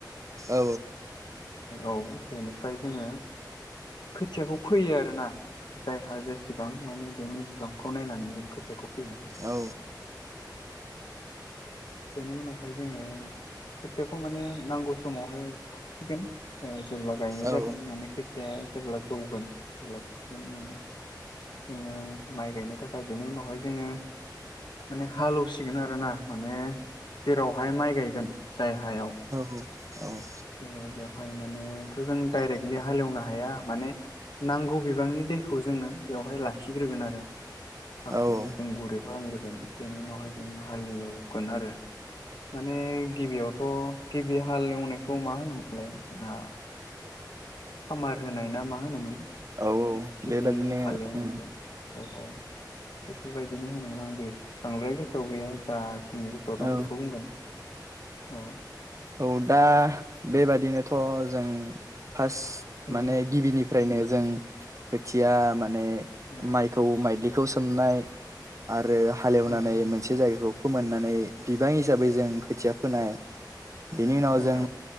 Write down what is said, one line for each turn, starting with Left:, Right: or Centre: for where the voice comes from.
Right: औ
Left: औ बेनिफ्राय जोङो खोथियाखौ फैयो आरो ना जायहा जेसेबां माने बेनि बिबांखौ नायनानै जों खोथियाखौ फैयो।
Right: औ
Left: बेनि उनावहाय जोङो खोथियाखौ माने नांगौ समावहाय फुसिगोन जेब्ला गायनाय जागोन
Right: औ
Left: माने खोथिाया जेब्ला जौगोन अब्ला फुसिगोन माने जोङो माइ गायनो थाखाय बेनि उनावहाय जोङो माने हालेवसिगोन आरो ना माने जेरावहाय माइ गायगोन जाय हायाव
Right: औ औ
Left: बेवहाय मानेथ' जों डायरेक्टलि हालेवनो हाया माने नांगौ बिबांनि दैखौ जोङो बेवहाय लाखिग्रोगोन आरो। हाखौ
Right: औ औ
Left: जों गुरै खालामग्रोगोन बेनि उनावहाय जोङो हालेवगोन आरो। माने गिबियावथ' गिबि हाल एवनायखौ मा होनोमोनलाय जोंहा खामार होनायना माहोनोमोन
Right: औ औ
Left: गिबि
Right: बेबादिनो
Left: हालेवनायखौ।
Right: उम
Left: औ औ। बेफोरबायदिनो होनोमोन आंबो एस बांद्राय गोसोआव गैया जाखिनि गोसोआवदं
Right: औ
Left: बेखौ बुंगोन। औ।
Right: औ दा बेबादिनोथजों फासत
Left: औ
Right: माने गिबिनि। फ्रायनो जों खोथिया माने
Left: औ
Right: माइखौ माइग्लि। खौ सोमनाय आरो हालेवनानै
Left: औ
Right: मोनसे जायगाखौ फोमोननानै बिबां हिसाबै। जों खोथिया फोनाय बिनि उनावजों
Left: औ